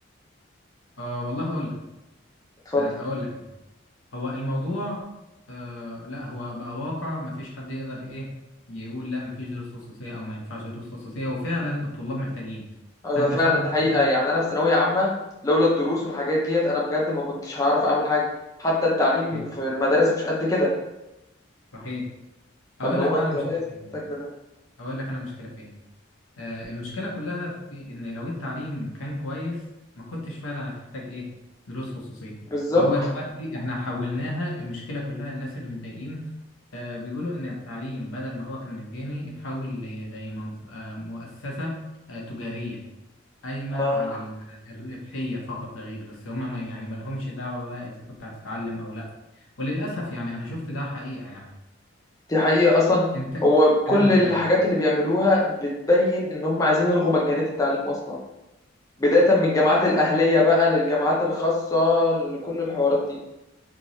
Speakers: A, on the left; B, on the left.
A: آه، والله اقول لك
B: اتفضل
A: آه، اقول لك أنا. هو الموضوع آه، لا هو بقى واقع ما فيش حد يقدر ايه يقول لا ما فيش دروس خصوصية او ما ينفعش دروس خصوصية وفعلا الطلاب محتاجين
B: اه
A: فانت
B: ده فعلا
A: فعلا
B: ده
A: محتاج
B: حقيقة يعني أنا في ثانوية عامة لولا الدروس والحاجات ديت أنا بجد ما كنتش هعرف أعمل حاجة حتى التعليم
A: ايه
B: في المدارس مش قد كده
A: صحيح اقول
B: فاللي هو
A: لك بقى
B: أنت
A: انا مشكلة
B: لازم
A: فين
B: تاكل ده
A: اقول لك انا مشكلة فين آه، المشكلة كلها في إن لو التعليم كان كويس ما كنتش فعلا هتحتاج إيه دروس خصوصية
B: بالظبط
A: فهو دلوقتي إحنا حولناها المشكلة كلها الناس اللي متضايقين آه، بيقولوا إن التعليم بدل ما هو كان مجاني اتحول لزي منظ- آه، مؤسسة آه، تجارية قايمة
B: آه،
A: على ال- الربحية فقط لا غير بس هما ما يعني ما لهمش دعوة بقى إذا كنت هتتعلم أو لأ وللأسف يعني أنا شفت ده حقيقة يعني
B: دي حقيقة أصلا
A: أنت
B: هو كل
A: الكلام
B: الحاجات
A: ده يعني
B: اللي بيعملوها بتبين إن هم عايزين يلغوا مجانية التعليم أصلا بداية من الجامعات الأهلية بقى للجامعات الخاصة لكل الحوارات دي